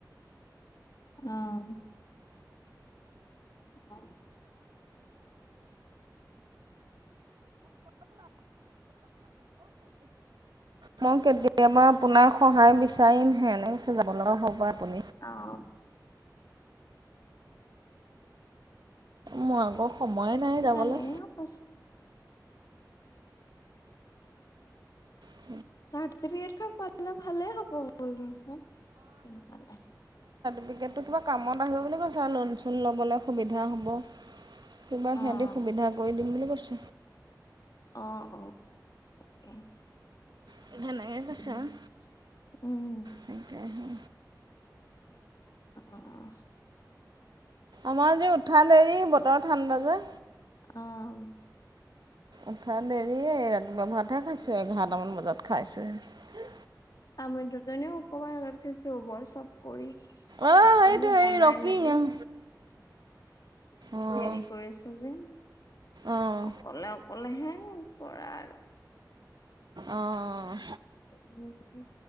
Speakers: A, on the left; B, on the right.
A: অ', অ',
B: ম কেতি কেতিয়াবা আপোনাক সহায় বিচাৰিমহে এনে পি যাব লগা হ'ব পৰা
A: অ', অ'
B: মই আকৌ সময়ে নাই যাবলৈ।
A: ভালে পচ
B: উম
A: চাৰ্টিফিকেট কাৰ্ড পে ভালে হব ব
B: ক্ৰিকেটটো কিবা কামত আহিব বুলি কৈছে আৰু লোন চোন ল'বলৈ সুবিধা হ'ব কিবা
A: অ',
B: সিহঁতি সুবিধা কৰি দিম বুলি কৈছো।
A: অ', অ, তাকেহে।
B: তেনেকে কৈছে
A: উম।
B: আৰু।
A: উম।
B: তাকেহে।
A: অহ।
B: আমাৰ আজি উঠা দেৰি বতৰৰ ঠাণ্ডা যে।
A: আহ।
B: উঠা দেৰিয়েই ৰাতিপুৱা ভাতহে খাইছো, এঘাৰটামান বজাত খাইছোহে।
A: আমি দুজনীও অকমান আগত খাইছো মই চব কৰি
B: অঁ
A: ভাত
B: সেইটো
A: পানী
B: এই
A: বনাই
B: ৰকি
A: মেলি <unintelligible>
B: অঁ অঁ
A: হেৰি কৰিছো যে।
B: অঁ
A: অকলে অকলেহে কৰা আৰু।
B: অহ।
A: উম,